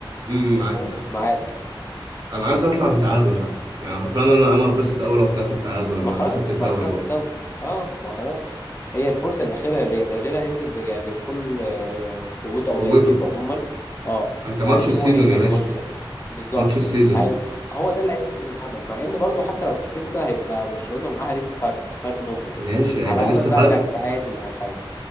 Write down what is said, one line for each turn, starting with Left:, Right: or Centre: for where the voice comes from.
Right: أمم، معاك
Left: قول
Right: معاك
Left: معاك
Right: انا عايز اطلع بتعادل حتى يعني حرفيا انا انا اتبسط اول لو طلعت بتعادل انا
Left: ما خلاص
Right: هبقى خدت
Left: انت هتبقى
Right: الدوري
Left: حسمت
Right: بقى
Left: الدوري اه ما خلاص هي الفرصه الاخيره للريال الريال هينزل ب- يعني بكل آه، قوته او
Right: قوته
Left: تركيزه عموما اه
Right: ما انت ماتش
Left: على ان
Right: السيزون
Left: هو هيكسب
Right: يا باشا
Left: الماتش ده بالظبط
Right: ماتش السيزون
Left: هي- هو ده اللي هيحيي الامل مع ان برضو حتى لو كسبنا هيبقى برشلونه معاها لسه فرق فرق نقطه
Right: ماشي هيبقى
Left: على
Right: لسه
Left: امل بقى
Right: فرق
Left: انها تتعادل او حاجه